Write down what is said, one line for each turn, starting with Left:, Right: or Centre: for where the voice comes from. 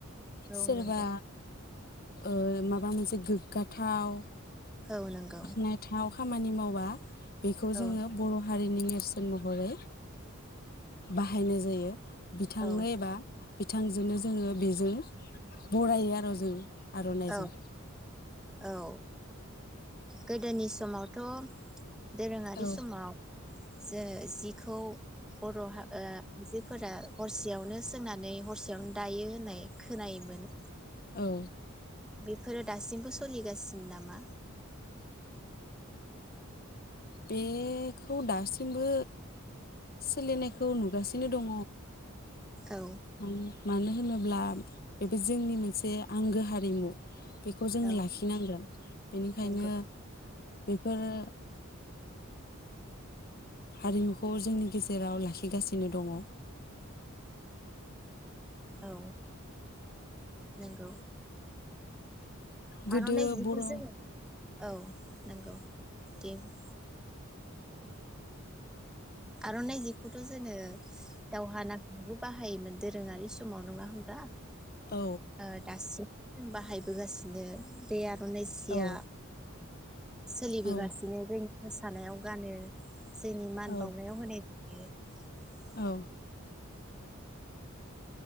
Centre: औ
Left: सोरबा
Centre: नंगौ
Left: ओ मा माबा मोनसे गोग्गाथाव
Centre: औ नंगौ
Left: <unintelligible> खामानि मावा बेखौ
Centre: औ
Left: जोङो बर' हारिनि सोन महरै बाहायनाय जायो बिथांनो
Centre: औ
Left: एबा बिथांजोंनो जोङो बेजों बरायो आरो जों आर'नाइजों।
Centre: औ औ गोदोनि समावथ' दोरोङारि
Left: औ
Centre: समाव जो जिखौ बर' हा ओ फोरा हरसेयावनो सोंनानै हरसेयावनो दायो होननाय खोनायोमोन।
Left: औ।
Centre: बेफोरो दासिमबो सोलिगासिनो नामा?
Left: बेखौ दासिमबो सोलिनायखौ नुगासिनो दङ।
Centre: औ
Left: उम मानो होनोब्ला बेबो जोंनि मोनसे आंगो हारिमु बेखौ जोङो
Centre: औ
Left: लाखिनांगोन बेनिखायनो
Centre: नंगौ
Left: बेफोरो हारिमुखौ जोंनि गेजेराव लाखिगासिनो दङ।
Centre: औ। नोंगौ।
Left: गोदो
Centre: आर'नाइ बेखौ
Left: बर' औ
Centre: जो औ नंगौ। <unintelligible> आर'नाइ जिखौथ' जोङो। दावहा नां बाहायोमोन दोरोङारि समाव नङा होनब्ला?
Left: औ
Centre: ओ दासि जों बाहायबोगासिनो बे आरो आर'नाइ सिया
Left: औ
Centre: सोलिबोगासिनो
Left: औ
Centre: जोंनि थानायाव गानो जोंनि
Left: औ।
Centre: <inaudible>
Left: औ